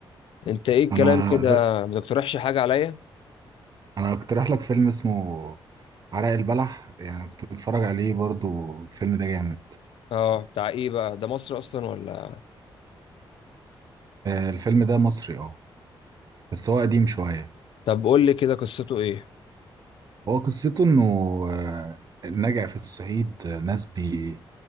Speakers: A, on the left; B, on the right.
A: انت ايه الكلام
B: انا
A: كده
B: د-
A: ما تقترحش حاجة عليا
B: انا اقترح لك فيلم اسمه عرق البلح يعني كنت بتفرج عليه برضو الفيلم ده جامد
A: اه بتاع ايه بقى ده مصر اصلا ولا
B: آه، الفيلم ده مصري اه بس هو قديم شوية
A: طب قول لي كده قصته ايه
B: هو قصته انه آه، النجع في الصعيد آه، ناس بي